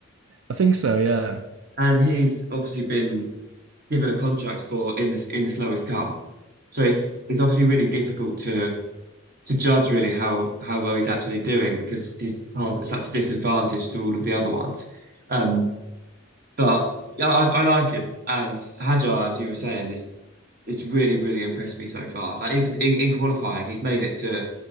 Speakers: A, on the right (about 75°); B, on the right (about 45°).
A: I think so. Yeah.
B: And he's obviously been given a contract for in the in the slowest car. So it's it's obviously really difficult to to judge really how how well he's actually doing because his car's at such a disadvantage to all of the other ones. Um, but yeah, I, I like him. And Hajar, as you were saying, is it's really really impressed me so far. Like even in, in qualifying, he's made it to